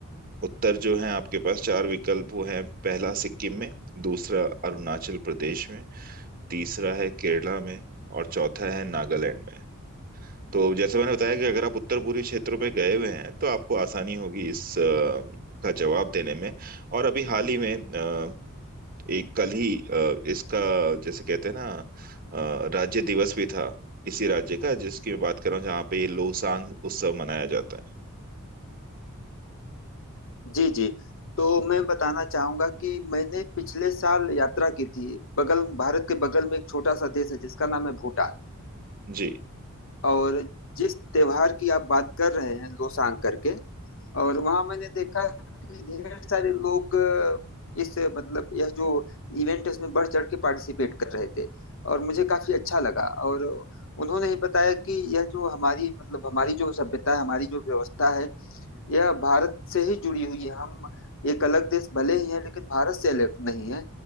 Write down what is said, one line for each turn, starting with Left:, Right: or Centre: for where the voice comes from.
Right: उत्तर जो है आपके पास चार विकल्प वो हैं पहला सिक्किम में दूसरा अरुणाचल प्रदेश में तीसरा है केरला में और चौथा है नागालैंड में तो जैसे मैंने बताया कि अगर आप उत्तर पूर्वी क्षेत्रों पे गए हुए हैं तो आपको आसानी होगी इस अ, का जवाब देने में और अभी हाल ही में अ, एक कल ही अ, इसका जैसे कहते हैं ना अ, राज्य दिवस भी था इसी राज्य का जिसकी मैं बात कर रहा हूँ जहाँ पे ये लोसांग उत्सव मनाया जाता
Left: जी जी तो मैं बताना चाहूंगा कि मैंने पिछले साल यात्रा की थी बगल भारत के बगल में एक छोटा सा देश है जिसका नाम है भूटान
Right: है जी
Left: और जिस त्योहार की आप बात कर रहे हैं लोसांग करके और वहां मैंने देखा कि ढेर सारे लोग अ, इस मतलब यह जो इवेंट है उसमें बढ़ चढ़ के पार्टिसिपेट कर रहे थे और मुझे काफी अच्छा लगा और उन्होंने ही बताया कि यह जो हमारी मतलब हमारी जो सभ्यता है हमारी जो व्यवस्था है यह भारत से ही जुड़ी हुई है हम एक अलग देश भले ही है लेकिन भारत से अलग नहीं है